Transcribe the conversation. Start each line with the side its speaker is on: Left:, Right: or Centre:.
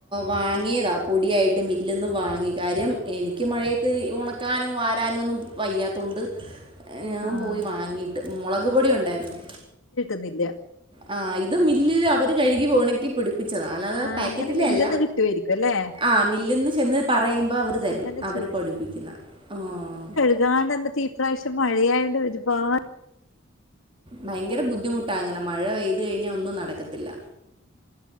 Right: വാങ്ങിയതാ പൊടിയായിട്ട് മില്ലന്ന് വാങ്ങി കാര്യം എനിക്ക് മഴയത്ത് ഉണക്കാനും വാരാനും ഒന്നും വയ്യാത്തൊണ്ട് ഞാൻ
Left: ആഹ്
Right: പോയി വാങ്ങിയിട്ട് മുളക് പൊടിയുണ്ടായിരുന്നു
Left: ന്നില്ല
Right: ആഹ് ഇത് മില്ലില് അവര് കഴുകി ഉണക്കി പിടി- പൊടിപ്പിച്ചതാ അല്ലാതെ
Left: ആഹ്
Right: പാക്കറ്റിലെ
Left: അങ്ങനെ മില്ല്ന്ന്
Right: അല്ല
Left: കിട്ടുവായിരിക്കും അല്ലെ
Right: ആ മില്ലിൽ പറയുമ്പോൾ അവർ തരും
Left: അങ്ങനെ
Right: അവര് പൊഠിപ്പിക്കുന്ന ആഹ്
Left: ഏതാണ്ടന്ന തീപ്രാവശ്യം മഴയായണ്ട് ഒരുപാ-
Right: ഭയങ്കര ബുദ്ധിമുട്ട അങ്ങനെ മഴ പെയ്തു കഴിഞ്ഞാൽ ഒന്നും നടക്കത്തില്ല